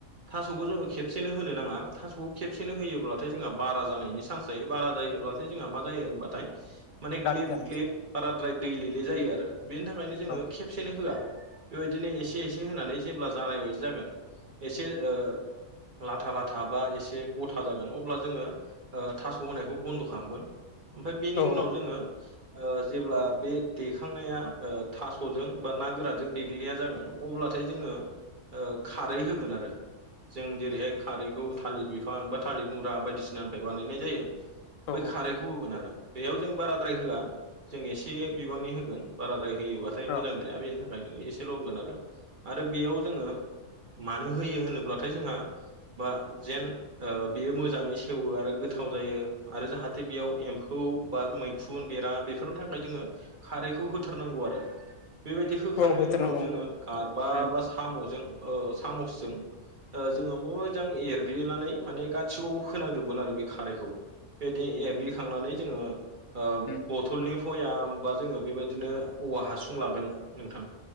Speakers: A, on the right; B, on the left.
A: थास'खौ जोङो खेबसेनो होनो नाङा थास'खौ खेबसेनो होयोब्लाथाय जोंहा बारा जानाय नि चान्स थायो बारा जायोब्लाथाय जोंहा मा जायो होनबाथाय माने
B: गाज्रि
A: ग्लेब
B: जानाय
A: ग्लेब बाराद्राय दैलेले जायो आरो बेनि थाखायनो जोङो
B: औ
A: खेबसेनो होआ बेबायदिनो एसे एसे होनानै जेब्ला जानाय बायदि जागोन एसे ओ लाथा लाथा बा एसे गथा जागोन अब्ला जोङो ओ थास' होनायखौ बन्द' खालामगोन ओमफ्राय बेनि
B: औ
A: उनाव जोङो ओ जेब्ला बे देखांनाया ओ थास'जों बा ना गोरानजों देग्लिनाया जागोन अब्लाथाय जोङो ओ खारै होगोन आरो जों जेरैहाय खारैखौ थालिर बिफां बा थालिर मुरा बायदिसिनानिफ्राय बानायनाय जायो
B: औ
A: बै खारैखौ होगोन आरो बेयाव जों बाराद्राय होआ जों एसे बिबांनि होगोन बाराद्राय होयोबाथाय
B: औ
A: मोजां जाया बेनि थाखायनो एसेल' होगोन आरो आरो बेयाव जोङो मानो होयो होनोब्लाथाय जोंहा बा जेन ओ बेयो मोजाङै सेवो आरो गोथाव जायो आरो जाहाथे बेयाव एम्फौ बा मैखुन बेरा बेफोरनि थाखाय जोङो खारैखौ होथारनांगौ आरो बेबायदि होखांनायनि
B: औ होथारनांगौ
A: उनाव जोङो गारबा
B: उम
A: बा साम'जों ओ सामुसजों ओ जोङो मोजां एरग्लिनानै माने गाससिआवबो फोनांजोबगोन आरो बे खारैखौ बेदि एग्लिखांनानै जोङो ओ
B: उम
A: बथ'लनि बयाम बा जोङो बेबायदिनो औवा हासुं लागोन नोंथां